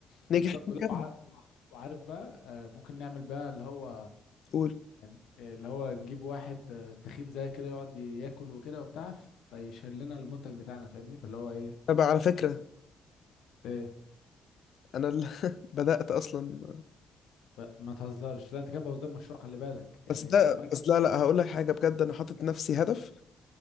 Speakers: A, on the left; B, on the left.
A: بالظبط
B: نجح نكمل
A: لا وع- وع- وعارف بقى آه، ممكن نعمل بقى اللي هو
B: قول
A: يعني آه، اللي هو نجيب واحد آه، تخين زي كده يقعد ياكل وكده وبتاع فيشيل لنا المنتج بتاعنا فاهمني فاللي هو ايه
B: طب على فكره
A: ايه
B: انا اللي <laughs> بدأت اصلا
A: ب- ما تهزرش لا انت كده بوظت المشروع خلي بالك يعني
B: بس ده
A: كمان ك...
B: بس لا لا هقول لك حاجة بجد انا حاطط نفسي هدف